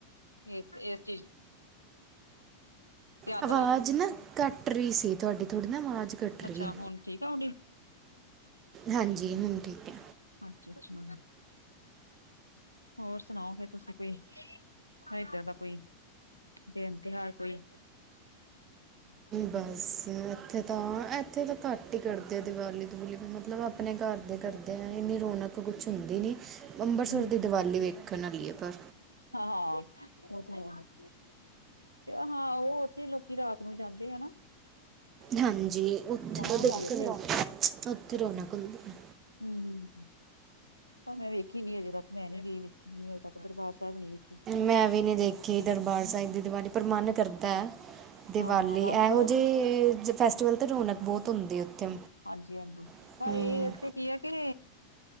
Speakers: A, on the left (about 85°); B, on the right (about 30°).
A: <unintelligible> ਧਿਆਨ
B: ਆਵਾਜ਼
A: ਦਵੋ
B: ਨਾ ਕੱਟ ਰਹੀ ਸੀ, ਤੁਹਾਡੀ ਥੋੜ੍ਹੀ ਨਾ ਆਵਾਜ਼ ਕੱਟ
A: ਅੱਛਾ
B: ਰਹੀ।
A: ਹੁਣ ਠੀਕ ਆ ਉਹਦੀ
B: ਹਾਂਜੀ, ਹੁਣ ਠੀਕ ਐ।
A: ਅੱਛਾ-ਅੱਛਾ ਹੋਰ ਸੁਣਾਓ ਫ ਤੁਸੀਂ ਕੋਈ ਹ ਇਦਰ ਦਾ ਕੋਈ ਦਿਨ ਤਿਉਹਾਰ ਕੋਈ
B: ਬਸ, ਇੱਥੇ ਤਾਂ ਇੱਥੇ ਤਾਂ ਘੱਟ ਹੀ ਕਰਦੇ ਆ ਦਿਵਾਲੀ ਦੁਵਾਲੀ ਮਤਲਬ ਆਪ ਆਪਣੇ ਘਰ ਦੇ ਕਰਦੇ ਆ, ਇੰਨੀ ਰੌਣਕ ਕੁਛ ਹੁੰਦੀ ਨੀ ਅੰਮਬਰਸਰ
A: ਹੂੰ
B: ਦੀ ਦੀਵਾਲੀ ਵੇਖਣ ਵਾਲੀ ਐ ਪਰ
A: ਹਾਂ-ਹਾਂ, ਉਹ ਤੇ ਹੈ। ਤੇ ਹਾਂ, ਉਹ ਉੱਥੇ ਲੋਕੀ ਰਾਤ ਨੂੰ ਜਾਂਦੇ ਹਨਾ।
B: ਹਾਂਜੀ, ਉੱਥੇ
A: ਹੁੰਦੀ
B: <unintelligible>
A: ਉੱਥੇ
B: ਉੱਥੇ ਰੌਣਕ ਹੁੰਦੀ।
A: ਹੂੰ, ਹੂੰ, ਹੂੰ ਤਾਂ, ਮੈਂ ਵੇਖੀ ਨੀ ਅਜੇ ਤੱਕ ਮੈਂ ਨੀ ਗਈ ਵੇਖੀ ਹਜੇ ਤੱਕ, ਦਰਬਾਰ ਸਾਬ ਨੀ ਵੇ
B: ਮੈਂ ਵੀ ਨੀ ਦੇਖੀ ਦਰਬਾਰ ਸਾਈਬ ਦੀ ਦੀਵਾਲੀ, ਪਰ ਮਾੱਨ ਕਰਦਾ ਐ। ਦੀਵਾਲੀ,
A: ਹਾਂ ਬਸ
B: ਐਹੋ ਜੇ, ਜੇ ਫੈਸਟੀਵਲ ਤੇ ਰੋਣਕ ਬੋਤ ਹੁੰਦੀ ਉੱਥੇ
A: ਹਾਂਜੀ, ਹਾਂਜੀ।
B: ਹਮ
A: ਪਰ ਇੱਥੇ ਕੀ ਆ ਕਿ,